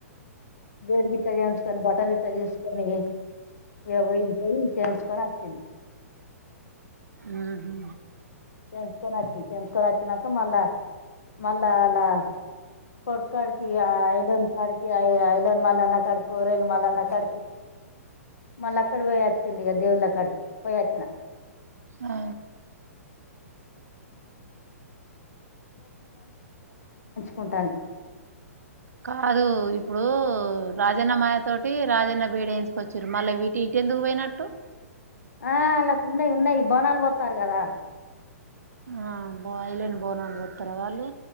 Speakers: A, on the left; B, on the right.
A: బేడిగిట్ట జేయిచుకొని బటల్ ఇ ఇట్ట తీసుకొని ఇగ ఓయిన్ పోయి చేయించుకొన్ వచ్చింది
B: ఉహు
A: చేయించుకొని వచ్చింది చేయించుకొని వచ్చినాక మళ్ళా మళ్ళా అలా కొడు కాడికి ఐలేన్ కాడికిఐ ఐలెన్ మల్లన్న కాడికి కొరెల్ మల్లన్న కాడికి మళ్ళీ అక్కడ ఓయ్ వచ్చింది ఇగ దేవుళ్ళ కాడికి పోయొచ్చిన
B: ఆ
A: కుంటాంది
B: కాదు ఇప్పుడు రాజన్న మాయ తోటి రాజన్న బీడు ఎయించుకొచ్చిరు మళ్ళీ వీటి ఇటి ఎందుకు ఓయినట్టు
A: ఆ అల్లకు ఉన్నాయ్ ఉన్నాయ్ బోనాలు పోత్తరు కదా
B: ఆ బోయలేని బోనాలు ఓత్తర వాళ్ళు